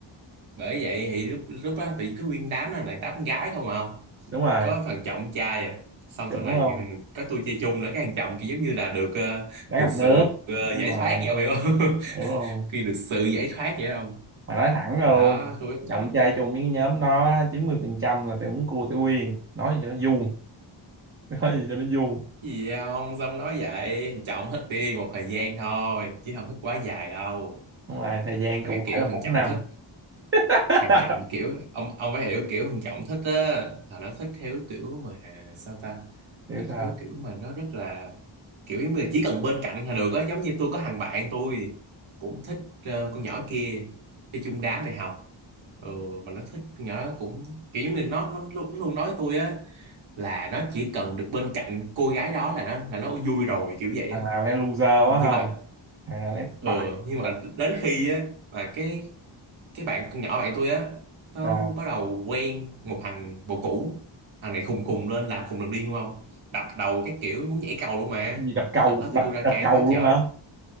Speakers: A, on the right; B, on the right.
A: bởi vậy thì lúc lúc đó thì có nguyên đám đó là đám con gái không à không
B: đúng rồi
A: có thằng trọng trai à xong
B: chuẩn
A: sau
B: luôn
A: này ừ, có tôi chơi chung nữa cái thằng trọng kia giống như là được ờ,
B: đá
A: được
B: gặp nước
A: sự ờ,
B: đúng
A: giải
B: rồi
A: thoát vậy ông hiểu không
B: hiểu luôn
A: <laughs> khi được sự giải thoát vậy đó ông
B: mà nói thẳng ra
A: thì
B: luôn
A: đó tôi với thằng
B: cộng
A: trọng
B: chơi chung với cái nhóm nó 90 phần trăm là tụi muốn cua tụi Uyên nói gì cho nó vuông <laughs> nói gì cho nó vuông
A: "Cái gì vậy ông xong nói vậy thằng trọng thích đi một thời gian thôi chứ không thích quá dài đâu
B: nhưng mà thời gian
A: mà
B: cụ
A: cái kiểu
B: thể là
A: thằng
B: bốn
A: trọng
B: năm
A: thích
B: <laughs>
A: Hàng Trọng kiểu ông ông phải hiểu kiểu Hàng Trọng thích á là nó thích theo kiểu mà sao ta
B: hiểu
A: thích
B: sao
A: theo kiểu mà nó rất là kiểu giống như là chỉ cần bên cạnh là được á giống như tôi có thằng bạn tôi cũng thích ờ, con nhỏ kia chơi chung đám đại học ừ, mà nó thích con nhỏ đó cũng kiểu giống như nó nó luôn, luôn nói với tôi á là nó chỉ cần được bên cạnh cô gái đó là nó là nó vui rồi kiểu vậy
B: thằng
A: á
B: nào nghe loser
A: nhưng
B: quá không
A: mà
B: thằng nào nghe thất
A: ừ
B: bại không
A: nhưng mà
B: á
A: đến khi á mà cái cái bạn con nhỏ bạn tôi á nó
B: sao
A: bắt đầu quen một thằng bồ cũ thằng này khùng khùng lên làm khùng làm điên đúng không đập đầu cái kiểu muốn nhảy cầu luôn mà
B: gì đập cầu
A: lần đó
B: đập
A: tụi tôi ra can
B: đập cầu
A: quá trời
B: luôn hả